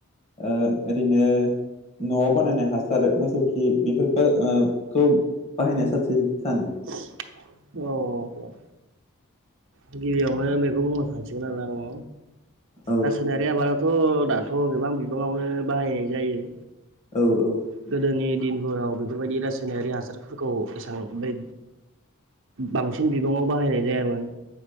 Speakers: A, on the left (about 30°); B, on the right (about 60°).
A: ओ ओरैनो न'आव बानायनाय हासार मोसौ खि बेफोर खौ <unintelligible> बाहायनाया साबसिन सानो?
B: <unintelligible> औ औ दे गिबियावनो बेखौ बुंनो सानसिगोन आरो आङो
A: औ
B: रासायनारि बे आबादाथ' दाथ' गोबां बिबाङावनो बाहायनाय जायो।
A: औ औ
B: गोदोनि दिनफोराव बेफोरबायदि रासायनारि हासारफोरखौ एसां बे बांसिन बिबाङाव बाहायनाय जायामोन